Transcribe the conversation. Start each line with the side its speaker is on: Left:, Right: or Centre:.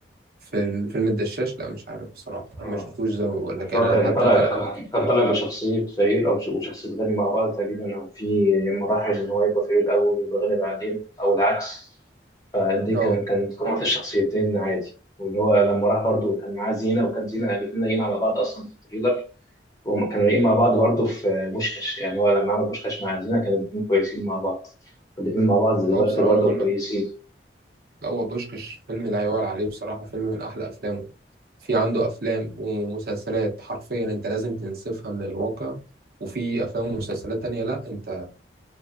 Right: فيلم فيلم الدشاش لا مش عارف بصراحة أنا
Left: اه
Right: ما شفتوش زي ما بقول
Left: اللي
Right: لك يعني
Left: هو
Right: أنا
Left: كان
Right: حتى
Left: طالع
Right: كان
Left: كان طالع بشخصيه فقير او ش- وشخصيه غني مع بعض تقريبا او في مراحل ان هو يبقى فقير الاول ويبقى غني بعدين او العكس دي
Right: اه
Left: كان كان قمة الشخصيتين عادي واللي هو لما راح برضه كان معاه زينة وكانت زينة الاتنين لاقيين على بعض أصلا في التريلر وكانوا لاقيين مع بعض برضه في بوشكاش يعني هو لما عمل بوشكاش مع زينة كانوا الاتنين كويسين مع بعض الاتنين مع بعض دلوقتي
Right: هو بصراحة
Left: برضه
Right: أنا بقول
Left: كويسين
Right: لك لا، هو بوشكش فيلم لا يعلى عليه بصراحة فيلم من أحلى أفلامه في عنده أفلام ومسلسلات حرفيا أنت لازم تنسفها من الواقع وفي أفلام ومسلسلات تانية لا أنت